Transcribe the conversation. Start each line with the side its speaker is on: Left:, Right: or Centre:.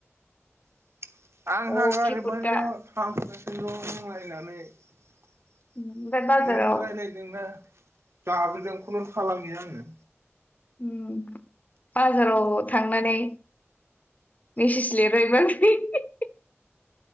Right: आंहा
Left: अ
Right: गारिनिफ्रायनो
Left: खेफोदा
Right: लिंहर थांसै <unintelligible>
Left: ओमफ्राय बाजाराव
Right: नों रायज्लायदोंना <unintelligible> खुनु थालानो गैया आङो
Left: उं बाजाराव थांनानै मेसेज लिरहैबा <unintelligible>